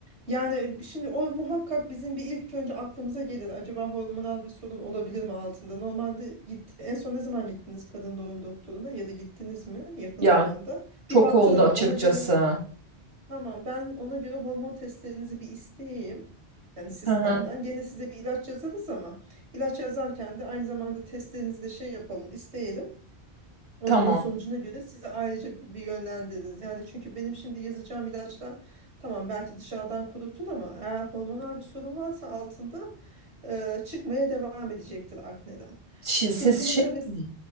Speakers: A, on the right (about 75°); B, on the right (about 60°).
A: Yani şimdi o muhakkak bizim bir ilk önce aklımıza gelir. Acaba hormonal bir sorun olabilir mi altında? Normalde git, en son ne zaman gittiniz kadın doğum doktoruna ya da gittiniz mi yakın
B: Yani
A: zamanda?
B: çok
A: Bir baktıralım
B: oldu açıkçası.
A: ona göre. Tamam ben ona göre hormon testlerinizi bir isteyeyim. Yani sistemden.
B: Hı hı.
A: Gene size bir ilaç yazarız ama ilaç yazarken de aynı zamanda testlerinizi de şey yapalım, isteyelim. Onların
B: Tamam.
A: sonucuna göre size ayrıca bir, bir yönlendiririz. Yani çünkü benim şimdi yazacağım ilaçlar tamam belki dışarıdan kurutur ama eğer hormonal bir sorun varsa altında e, çıkmaya devam edecektir akneler.
B: Şi-
A: Sırtınızda
B: Siz şey
A: ve...
B: mi?